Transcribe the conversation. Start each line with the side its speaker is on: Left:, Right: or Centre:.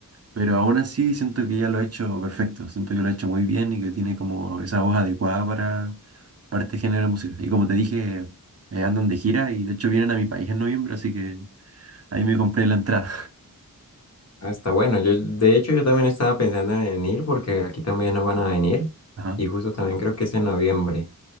Right: Pero aún así siento que ya lo ha hecho perfecto, siento que lo ha hecho muy bien y que tiene como esa voz adecuada para, para este género de música. Y como te dije, eh, andan de gira y de hecho vienen a mi país en noviembre, así que ahí me compré la entrada.
Left: hasta bueno. Yo, de hecho, yo también estaba pensando en ir porque aquí también no van a venir
Right: <laughs> Ajá.
Left: y justo también creo que es en noviembre.